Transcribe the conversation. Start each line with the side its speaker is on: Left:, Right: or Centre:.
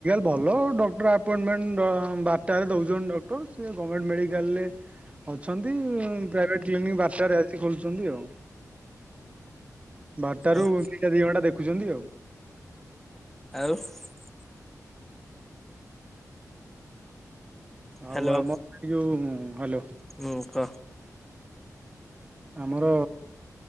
Right: ଭଲ କ୍ଟପଣ୍ଟମ ବାରଟା ରେ ଦୋଉଛନ୍ତି ସେ ଗମେଣ୍ଟ ମେିକାଲରେ ଅଛନ୍ତି, ପ୍ରଭଟ କ୍ ବାରଟ ଖୋଲୁଛନ୍ତି ଆଉ। ବାରଟାାରୁ
Centre: କହ
Right: ଦଇଟା ଦି ବଟା ଦେଖୁ ଦେଖୁଛନ୍ତି ଆଉ।
Centre: <inaudible>
Right: ଆଉ
Centre: ହ୍ୟାଲୋ
Right: ଆମ ଏ ଯୋଉ ହଲୋ।
Centre: ହୁଁ କହ
Right: ଆମର